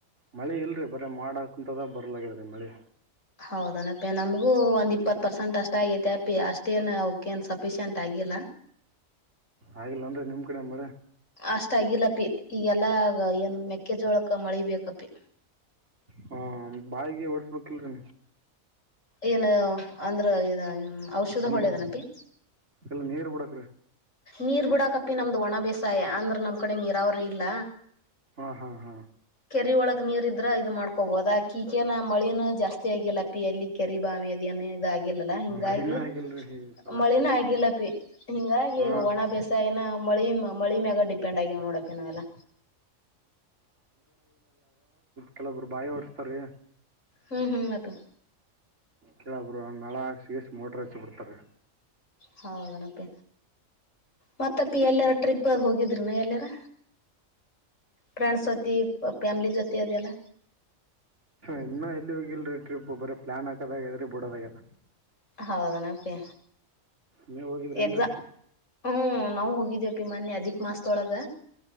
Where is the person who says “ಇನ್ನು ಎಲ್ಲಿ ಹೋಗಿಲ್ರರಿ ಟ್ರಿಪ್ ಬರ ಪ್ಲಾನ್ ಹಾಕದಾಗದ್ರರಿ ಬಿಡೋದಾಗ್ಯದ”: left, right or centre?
Right